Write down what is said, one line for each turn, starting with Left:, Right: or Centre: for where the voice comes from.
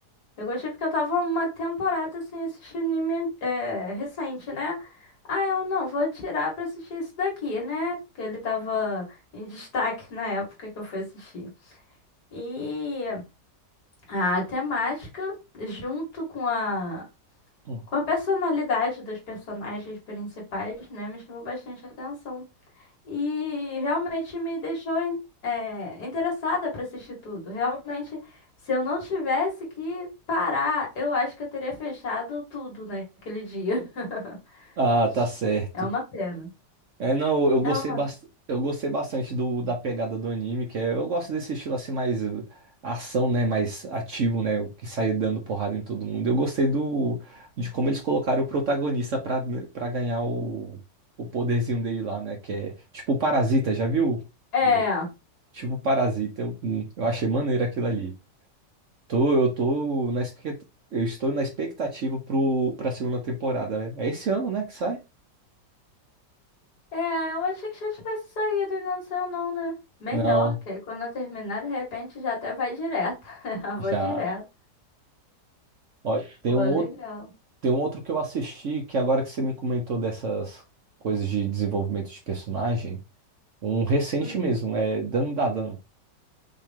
Left: Eu gostei porque eu tava uma temporada sem assistir anime é, recente, né? Ah, eu não, vou tirar pra assistir esse daqui, né? Que ele tava em destaque na época que eu fui assistir. E a temática, junto com a,
Right: Hum.
Left: com a personalidade dos personagens principais, né? Me chamou bastante atenção. E realmente me deixou in- é, interessada para assistir tudo. Realmente, se eu não tivesse que parar, eu acho que eu teria fechado tudo naquele dia. <laughs>
Right: Ah, tá certo.
Left: É uma pena.
Right: É, não, eu gostei,
Left: É uma...
Right: bas- eu gostei bastante do, da pegada do anime, que é, eu gosto desse estilo assim mais eh, ação, né, mais ativo, né, que sai dando porrada em todo mundo. Eu gostei do de como eles colocaram o protagonista pra para ganhar o, o poderzinho dele lá, né, que é tipo o Parasita, já viu?
Left: É,
Right: O, tipo o Parasita, eu, hum, eu achei maneiro aquilo ali. Tô, eu tô na expect- eu estou na expectativa pro para segunda temporada. né? É esse ano, né, que sai?
Left: é, eu achei que já tivesse saído e não saiu não, né? Melhor,
Right: Não,
Left: que aí quando eu terminar, de repente já até vai direto. <laughs> Já Vou
Right: já
Left: direto.
Right: Ó, Tem
Left: Pô,
Right: um outro
Left: legal.
Right: Tem um outro que eu assisti, que agora que você me comentou dessas coisas de desenvolvimento de personagem, um recente
Left: Hum.
Right: mesmo, é Dandadan.